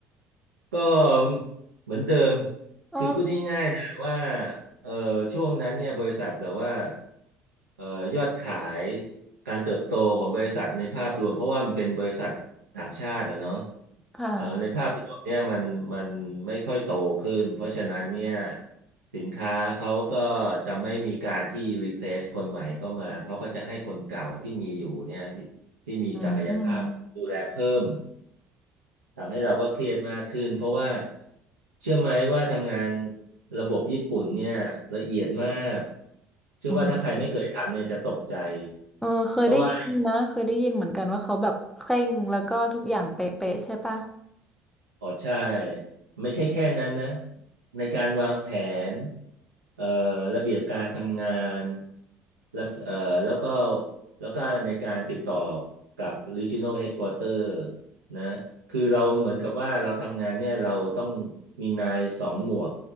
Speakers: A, on the right; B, in the centre.
A: ก็เหมือนเดิม
B: เออ
A: คือพูดง่ายๆนะว่าเอ่อช่วงนั้นเนี่ยบริษัทแบบว่าเอ่อยอดขายการเติบโตของบริษัทในภาพรวมเพราะว่ามันเป็นบริษัทต่างชาติอะเนาะ
B: ค่ะ
A: เอ่อในภาพรวมเนี่ยมันมันไม่ค่อยโตขึ้นเพราะฉะนั้นเนี่ยสินค้าเขาก็จะไม่มีการที่ replace คนใหม่เข้ามาเขาก็จะให้คนเก่าที่มีอยู่เนี่ยที่ที่มีศักยภาพดูแลเพิ่ม
B: อืม
A: ทำให้เราก็เครียดมากขึ้นเพราะว่าเชื่อไหมว่าทำงานระบบญี่ปุ่นเนี่ยละเอียดมากเชื่อว่าถ้าใครไม่เคยทำเนี่ยจะตกใจ
B: อืมเออเคยได้ยินนะเคยได้ยินเหมือนกันว่าเขาแบบเคร่งแล้วก็ทุกอย่างเป๊ะๆใช่ปะ
A: เพราะว่าอ๋อใช่ไม่ใช่แค่นั้นนะในการวางแผนเอ่อระเบียบการทำงานแล้วเอ่อแล้วก็แล้วก็ในการติดต่อกับ Regional Headquarter นะคือเราเหมือนกับว่าเราทำงานเนี่ยเราต้องมีนายสองหมวก